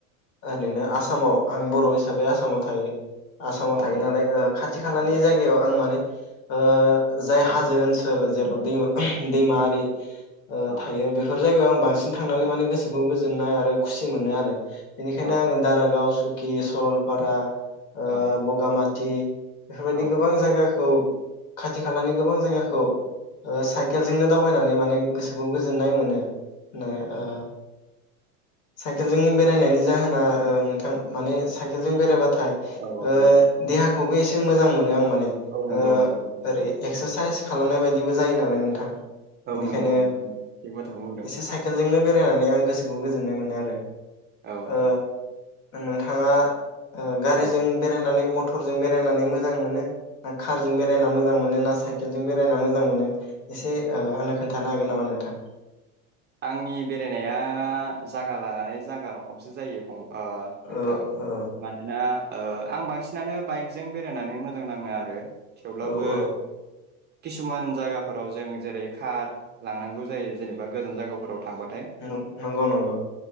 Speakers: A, on the left (about 55°); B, on the right (about 25°).
A: ओरैनो आसामाव आं बर' हिसाबै आसामाव थायो आसामाव
B: औ
A: थायो
B: औ
A: नालाय खाथि खालानि
B: औ
A: जायगायाव आं माने ओ । जाय
B: औ
A: हाजो ओनसोल जेराव दै
B: औ
A: दैमारि ओ
B: औ
A: थायो बेफोर जायगायाव आं बांसिन थांनानै
B: औ
A: माने गोसोखौ गोजोन मोननाय आरो खुसि मोनो आरो। बेनिखायनो
B: औ
A: आङो दारागाव सुखि कि सरलपारा ओ
B: औ औ
A: बगामाथि थि बेफोर बायदि
B: औ
A: गोबां जायगाखौ खाथि खालानि गोबां जायगाखौ ओ साइकेलजोंनो दावबायनानै माने गोसोखौ गोजोन्नाय मोनो। नो ओ साइकेलजों बेरायनायनि जाहोना ओ नोंथां माने साइकेलजों बेरायबा। थाइ
B: औ
A: ओ
B: औ
A: देहाख खौबो एसे मोजां मोनो आं माने
B: औ नंगौ
A: <unintelligible> ओ
B: नंगौ नोंथां नंगौ
A: ओरै एक्ससारसाइस खालामनाय बायदिबो जायो नालाय नोंथां।
B: औ
A: बेनिखायनो
B: नंगौ नोंथां थिग बाथ्राखौनो बुंदों
A: एसे साइकेलजोंनो बेरायनानै आं गोसो गोसोखौ गोजोननाय मोनो आरो
B: औ
A: ओ
B: औ
A: नोंथाङा ओ गारिजों
B: औ
A: बेरायनानै मथ मटरजों बेरायनानै मोजां मोनो ना कारजों बेरायना मोजां मोनो ना साइकेलजों बेरायना मोजां मोनो? एसे ओ आंनो खोन्थानो हागोन नामा नों? था
B: आंनि बेरायनाया जागा लानानै जागा रखमसो जायो फं अ नोंथां
A: औ औ
B: मानोना ओ आं बांसिनानो बाइकजों बेरायनानै मोजां नाङो आरो। थेवब्लाबो
A: औ औ
B: किसुमान जायगाफोराव जों जेरै कार लांनांगौ जायो जेनेबा गोजान जगाफोराव थांबा
A: नोंगौ नंगौ नंगौ।